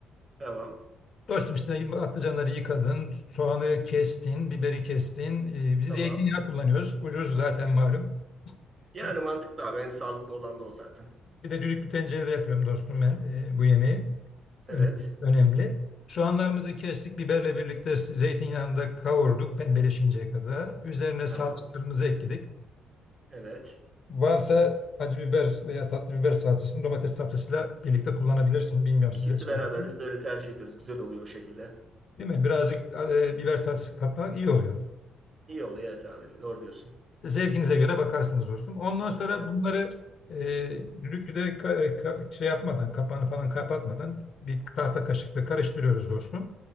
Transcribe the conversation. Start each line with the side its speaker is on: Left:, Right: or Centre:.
Right: Tamam.
Left: Dostum işte patlıcanları yıkadın, soğanı kestin, biberi kestin. Ee, biz
Right: Tamam.
Left: zeytinyağı kullanıyoruz. Ucuz zaten malum.
Right: Yani
Left: E,
Right: mantıklı abi. En sağlıklı olan da o zaten.
Left: Bir de düdüklü tencerede yapıyorum dostum ben e, bu yemeği.
Right: Evet.
Left: Öne- Önemli. Soğanlarımızı kestik, biberle birlikte zeytinyağında kavurduk pembeleşinceye kadar. Üzerine salçalarımızı
Right: Tamam.
Left: ekledik.
Right: Evet.
Left: Varsa acı biber veya tatlı biber salçasını domates salçasıyla birlikte kullanabilirsin. Bilmiyorum size
Right: İkisi
Left: söyledim.
Right: beraber biz de öyle tercih ediyoruz. Güzel oluyor o şekilde.
Left: Değil mi? Birazcık e, biber salçası katmak iyi oluyor.
Right: İyi oluyor evet abi. Doğru diyorsun.
Left: Zevkinize göre bakarsınız dostum. Ondan sonra
Right: Evet.
Left: bunları e, düdüklüde ka- ka- şey yapmadan, kapağını falan kapatmadan bir tahta kaşıkla karıştırıyoruz dostum.